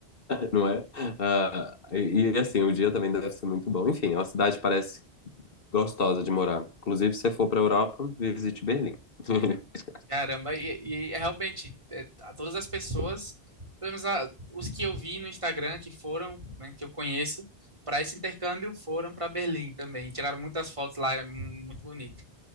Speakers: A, on the left; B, on the right.
A: não é? Ah, e, e, assim, o dia também deve ser muito bom. Enfim, é uma cidade que parece gostosa de morar. Inclusive, se você for para a Europa, visite Berlim. <laughs>
B: Caramba, e, e é realmente, é, a todas as pessoas, pelo menos a- os que eu vi no Instagram, que foram, né, que eu conheço, para esse intercâmbio, foram para Berlim também. Tiraram muitas fotos lá, é mu- muito bonito.